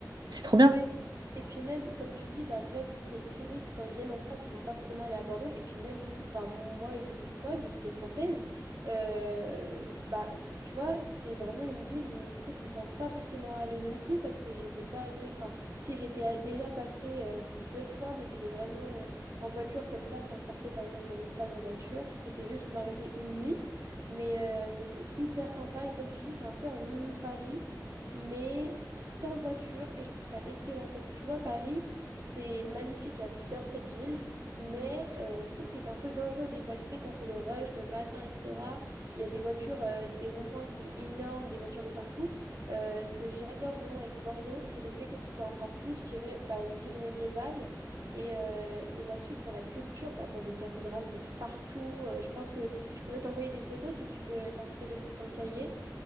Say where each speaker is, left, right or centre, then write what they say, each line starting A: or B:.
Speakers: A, on the right; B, on the right.
A: c'est trop bien.
B: Ouais. Et puis même, comme tu dis, bah déjà, les touristes, quand ils viennent en France, ils vont pas forcément aller à Bordeaux. Et puis même, nous- enfin, moi et du coup toi, vu que tu es française, euh, bah, tu vois, c'est vraiment une ville où peut-être on pense pas forcément aller non plus parce que j'y étais pas allée. Enfin, si j'étais a- déjà passée euh, deux fois, mais c'était vraiment euh, en voiture comme ça, quand je partais par exemple en Espagne en voiture, c'était juste m'arrêter une nuit. Mais, euh, mais c'est hyper sympa. Et comme tu dis, c'est un peu un mini Paris mais sans voiture. Et je trouve ça excellent parce que tu vois, Paris, c'est magnifique, j'adore cette ville, mais euh, je trouve que c'est un peu dangereux des fois. Tu sais, quand c'est le rush, le matin, etc., il y a des voitures, euh, des ronds-points qui sont énormes, des voitures de partout. Euh, ce que j'adore vraiment avec Bordeaux, c'est le fait que ce soit encore plus, je dirais, bah, une ville médiévale. Et, euh, et là-dessus, pour la culture, bah, tu as des cathédrales de partout. Euh, je pense que je pourrais t'envoyer des photos si tu veux euh, t'inspirer pour ton cahier.